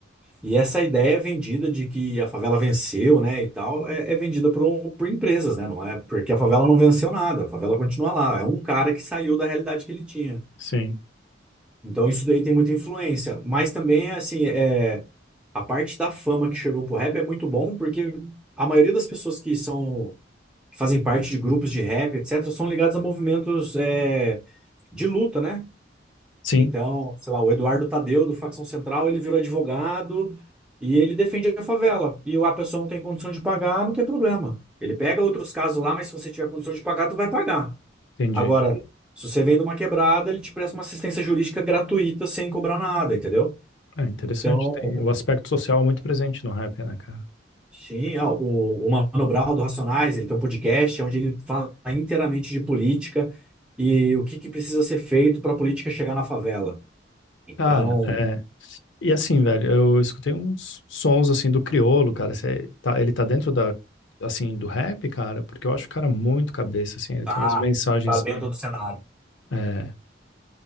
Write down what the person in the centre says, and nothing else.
E essa ideia é vendida de que a favela venceu, né, e tal, é, é vendida por, um, por empresas, né? Não é porque a favela não venceu nada, a favela continua lá. É um cara que saiu da realidade que ele tinha.
Então isso daí tem muita influência. Mas também, assim, é, a parte da fama que chegou pro rap é muito bom, porque a maioria das pessoas que são, que fazem parte de grupos de rap, etc., são ligadas a movimentos, é, de luta, né?
Então, sei lá, o Eduardo Tadeu, do Facção Central, ele virou advogado e ele defende a favela. E a pessoa não tem condição de pagar, não tem problema. Ele pega outros casos lá, mas se você tiver condição de pagar, tu vai pagar.
Agora, se você vem de uma quebrada, ele te presta uma assistência jurídica gratuita sem cobrar nada, entendeu?
Então,
sim, ó, o, o Mano Brown do Racionais, ele tem um podcast onde ele fala inteiramente de política e o que que precisa ser feito para a política chegar na favela. Então,
tá,
tá dentro do cenário.